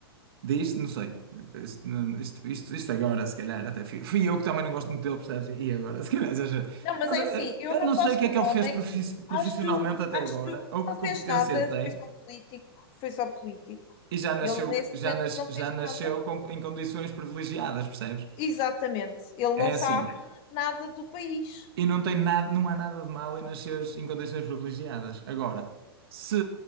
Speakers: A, on the right; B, on the left.
A: Diz, não sei. Isto, não- isto, isto- isto agora, se calhar, até fui, fui eu que também não gosto muito dele, percebes? E agora, se calhar, exagero.
B: Não, mas
A: Mas
B: é
A: eh,
B: assim, eu
A: eu,
B: não
A: não
B: posso
A: sei o que
B: com
A: é
B: o
A: que ele
B: homem,
A: fez profi- profissionalmente
B: acho,
A: até
B: acho,
A: agora, ou
B: não
A: que competência
B: fez nada,
A: tem,
B: foi só político, foi só político.
A: e já nasceu,
B: Ele neste
A: já
B: momento
A: nas,
B: não fez
A: já nasceu
B: nada.
A: com- em condições privilegiadas, percebes?
B: Exatamente. Ele
A: É
B: não
A: assim.
B: sabe nada do país.
A: E não tem nada, não há nada de mal em nasceres em condições privilegiadas. Agora, se